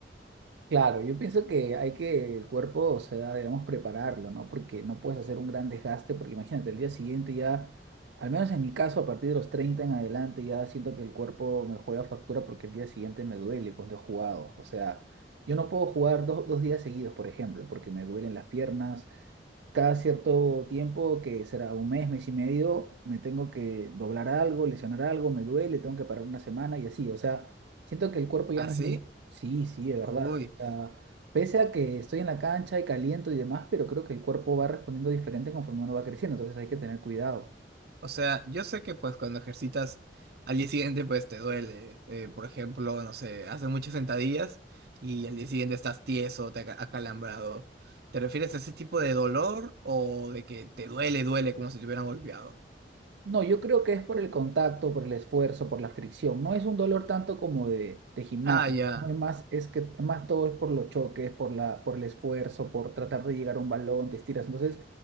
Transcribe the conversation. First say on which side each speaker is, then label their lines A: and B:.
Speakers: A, on the right; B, on the right.
A: Claro, yo pienso que hay que el cuerpo, o sea, debemos prepararlo, ¿no? Porque no puedes hacer un gran desgaste, porque imagínate, el día siguiente ya, al menos en mi caso, a partir de los 30 en adelante, ya siento que el cuerpo me juega factura porque el día siguiente me duele cuando he jugado. O sea, yo no puedo jugar dos, dos días seguidos, por ejemplo, porque me duelen las piernas, cada cierto tiempo, que será un mes, mes y medio, me tengo que doblar algo, lesionar algo, me duele, tengo que parar una semana y así. O sea, siento que el
B: <laughs>
A: cuerpo ya
B: ¿Así?
A: no es... lo- Sí, sí, de verdad.
B: Uy.
A: O sea, pese a que estoy en la cancha y caliento y demás, pero creo que el cuerpo va respondiendo diferente conforme uno va creciendo, entonces hay que tener cuidado.
B: O sea, yo sé que pues cuando ejercitas al día siguiente pues te duele. Eh, por ejemplo, no sé, haces muchas sentadillas y al día siguiente estás tieso, te aca- acalambrado. ¿Te refieres a ese tipo de dolor o de que te duele, duele como si te hubieran golpeado?
A: No, yo creo que es por el contacto, por el esfuerzo, por la fricción. No es un dolor tanto como de, de gimnasio.
B: Ah, ya.
A: ¿no? Es más, es que más todo es por los choques, por la, por el esfuerzo, por tratar de llegar a un balón, te estiras. Entonces,